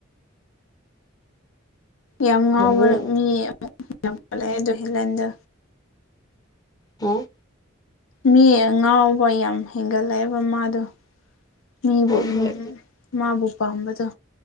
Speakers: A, on the left; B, on the left.
A: ꯌꯥꯝ ꯉꯥꯎꯕ
B: ꯀꯩꯅꯣ
A: ꯃꯤ ꯑꯃꯨꯂꯑꯦ ꯑꯣ ꯍꯦꯂꯦꯟꯗ
B: ꯍꯥꯝ
A: ꯃꯤ ꯉꯥꯎꯕ ꯌꯥꯝ ꯍꯦꯟꯒꯠꯂꯛꯑꯦꯕ ꯃꯥꯗꯣ ꯃꯤꯕꯨ
B: ꯍꯣꯏ
A: ꯎꯝ
B: ꯍꯣꯏ
A: ꯃꯥꯕꯨ ꯄꯥꯝꯕꯗꯣ